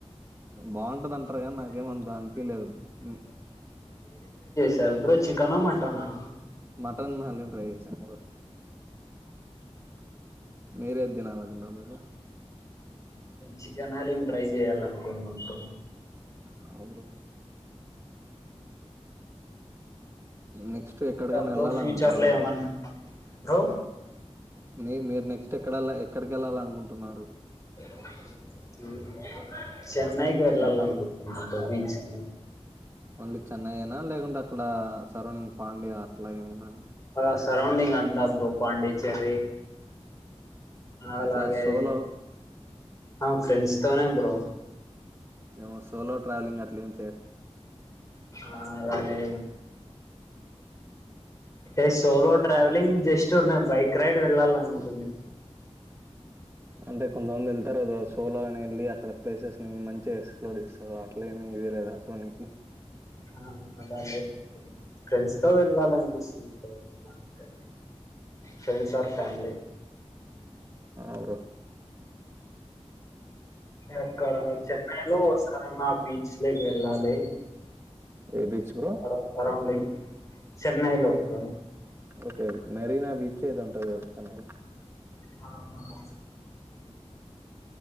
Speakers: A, on the right; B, on the left.
A: బాగుంటద అంటుంటారు కానీ నాకేం అంత అనిపియలేదు బ్రో
B: దర్బో చికెన్ మటన్ ఆ
A: మటన్ హలీం ట్రై చేశా బ్రో <inaudible> మిరేది తినాలనుకున్నారు బ్రో
B: చికెన్ హలీం ట్రై చేయాలి అనుకున్న బ్రో
A: ఆ బ్రో నెక్స్ట్ ఎక్కడికైనా
B: బ్రో
A: వెళ్ళాలి
B: ఫ్యూచర్లో
A: అనుకుంటున్నారు
B: ఏమన్నా
A: బ్రో
B: బ్రో
A: మీ మీరు నెక్స్ట్ ఎక్కడ వెళ్ళ ఎక్కడికి వెళ్ళాల అనుకుంటున్నారు
B: అ <inaudible> చెన్నైకి వెళ్లాల
A: ఏం
B: అనుకుంటున్నా కో బీచ్కి
A: ఓన్లీ చెన్నైయేన లేకుంటే అక్కడ సరౌండింగ్ పాండ్య అట్లా ఏమన్నా
B: ఆ సరౌండింగ్ అంతా బ్రో పాండీ చెర్రీ అలాగే
A: ఎట్లా సోలో
B: ఆ ఫ్రెండ్స్ తోనే బ్రో
A: మేము సోలో ట్ర్రావెలింగ్ అట్లేం
B: ఆ అలాగే ఏ సోలో ట్రావెలింగ్ జస్ట్ ఉరకనే బైక్ రైడ్ వెళ్ళాలని ఉంటుంది
A: అంటే కొంతమంది వెళ్ వస్తారా రోజు సోలో గానే వెళ్ళి అక్కడ ప్లేసెస్ న మంచిగా ఎక్స్ప్లోడ్ చేస్తారు అట్లే ఏమి ఈయలేద బ్రో నీకి
B: ఆ అలా లేదు బ్రో ఫ్రెండ్స్ తో వెళ్ళాలనిపిస్తుంది అంతే ఫ్రెండ్స్ ఆర్ ఫ్యామిలీ
A: ఆవురో
B: ఏక్కడ చెన్నైలో ఓసారన బీచ్ లేకి వెళ్ళాలి
A: ఏ బీచ్ బ్రో
B: అక్కడ సరౌండింగ్ చెన్నైలో బ్రో
A: ఓకేే మెరీనా బీచ్ ఏదో ఉంటాది కదా చెన్నైలో
B: అవునవును